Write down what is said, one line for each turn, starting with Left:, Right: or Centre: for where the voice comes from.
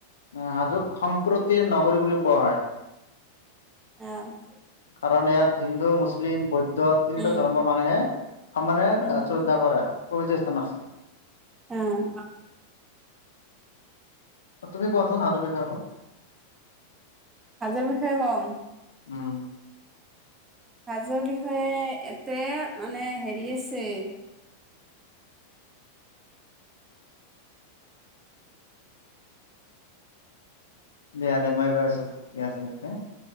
Left: অঁ' হাজোক সম্প্ৰতিৰ নগৰী বুলি কোৱা হয়।
Right: অঁ'
Left: কাৰণ, এইয়াত হিন্দু মুছলিম বৌদ- ধ তিনিটা
Right: উম
Left: ধৰ্মৰ মানুহে সমানে
Right: উম
Left: শ্ৰদ্ধা কৰা পবিত্ৰ স্থান আছে।
Right: অঁ'
Left: তুমি কোৱাচোন, হাজোৰ বিষয়ে অলপ।
Right: হাজোৰ বিষয়ে কম।
Left: উম'
Right: হাজোৰ বিষয়ে এতে মানে হেৰি আছে-
Left: দিয়া দে মই গৈ আছোঁ, দিয়া আচলতে-